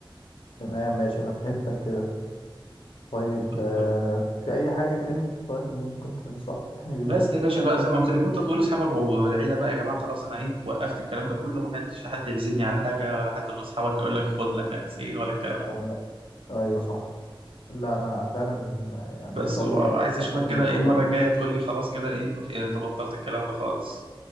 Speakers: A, on the left; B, on the right.
A: تمام ماشي انا فهمتك كده طيب
B: بالظبط
A: آه، في أي حاجة تاني طيب ممكن تنصحني
B: بس
A: بيها؟
B: يا باشا بقى زي ما قلت لك كنت تقول لاصحابك والعيله بقى يا جماعه خلاص انا ايه وقفت الكلام ده كله ما حدش حد يعزمني على حاجه ولا حد من اصحابك يقول لك خد لك نفسين ولا الكلام ده
A: أو أيوة صح لا أنا فعلا يعني
B: بس
A: إن شاء
B: و-
A: الله
B: وعايز اشوفك
A: هاخد
B: كده
A: القرار
B: ايه المره الجايه تقول لي خلاص كده ايه في انت بطلت الكلام ده خالص